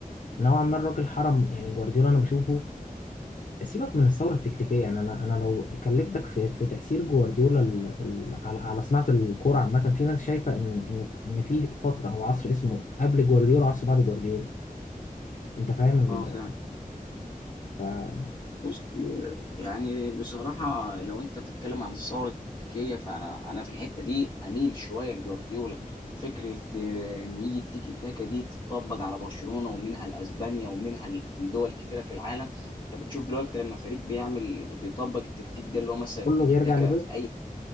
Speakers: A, on the left; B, on the left.
A: نوعا ما الراجل حرم يعني جوارديولا انا بشوفه سيبك من الثوره التكتيكيه يعني انا انا لو كلمتك في في تاثير جوارديولا ال- ال- على على صناعه الكوره عامه في ناس شايفه ان ان ان في فتره او عصر اسمه قبل جوارديولا وعصر بعد جوارديولا انت فاهم ال-
B: اه فعلا
A: فكله
B: بص يعني بصراحة لو أنت بتتكلم عن الثورة التكتيكية فأنا أنا في الحتة دي أميل شوية لجوارديولا فكرة آه، إن يجي التيكي تاكا دي تطبق على برشلونة ومنها لأسبانيا ومنها لدول كتيرة في العالم أنت بتشوف دلوقتي لما فريق بيعمل بيطبق التكتيك ده اللي هو مثلا التيكي
A: بيرجع
B: تاكا
A: لبيب
B: في أي